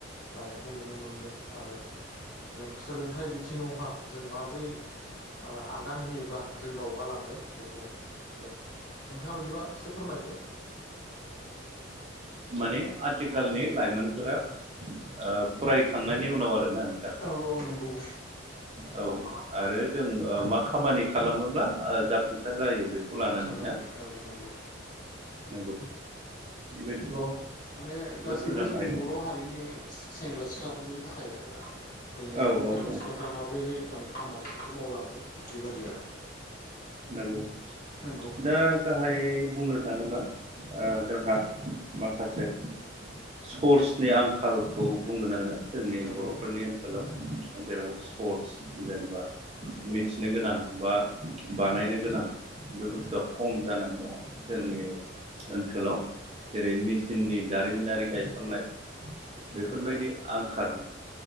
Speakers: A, on the left; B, on the right.
A: जानायखौ नुनो मोनदों आरो जों सोलोंथाइ बिथिङावहा जों माब्रै ओ आगान होयोब्ला जों दावगालांगोन बेखौ दे नोंथाङा बिदिबा एसे फोरमायदो
B: माने आथिखालनि लाायमोनफोरा ओ फरायखांनायनि उनाव आरोना नोंथां
A: औ औ नंगौ
B: औ आरो जों ओ मा खामानि खालामोब्ला जाफुंसा सार जायो बेखौ
A: जाफुंसार
B: लानानै
A: जायो
B: ना
A: औ नंगौ
B: नंगौ बेथ'
A: माने गासैबो
B: मोजां
A: जोंनि
B: आयदा
A: बर' हारिनि सेंग्रा सिख्लाफोरनि थाखाय आ आरोना जोंनि
B: औ
A: हारिनि
B: औ
A: सेंग्रा
B: औ
A: सिख्लाफ्रा माबोरैहाय माने खामानिफोरखौ मावलांदों बेबायदि आरो
B: नंगौ
A: नंगौ
B: दा गाहायै बुंनो थाङोब्ला ओ जोंहा माखासे सर्सनि आंखालखौ बुङगोन आङो जोंनि
A: नंगौ
B: बर'फोरनि ओनसोलाव जेराव सर्स जेनेबा मिथि नों गोनां बा बानायनो गोनां बे बुस्थुआ खम जानानै दङ जोंनि ओनसोलाव जेरै मेचिननि दारिमिनारि गायसननाय बेफोरबायदि
A: नंगौ
B: आंखाल